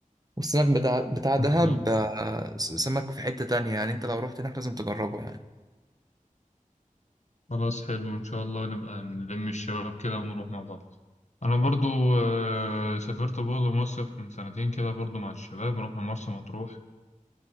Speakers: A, on the right; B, on the left.
A: والسمك بتاع بتاع دهب
B: بالظبط
A: آه، س- سمك في حتة تانية يعني انت لو رحت هناك لازم تجربه يعني
B: خلاص حلو إن شاء الله نبقى نلم الشباب كده ونروح مع بعض أنا برضو آه، سافرت برضو مصيف من سنتين كده برضو مع الشباب رحنا مرسى مطروح